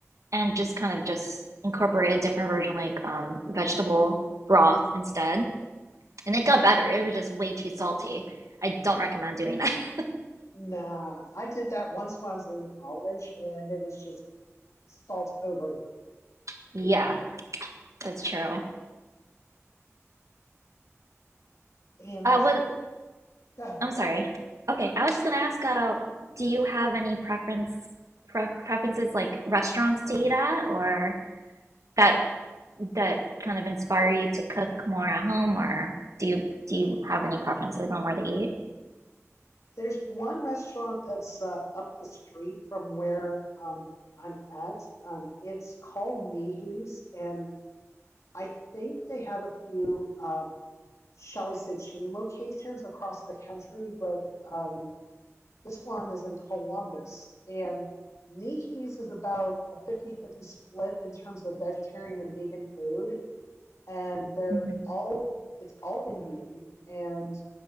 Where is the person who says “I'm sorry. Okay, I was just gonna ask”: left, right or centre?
Right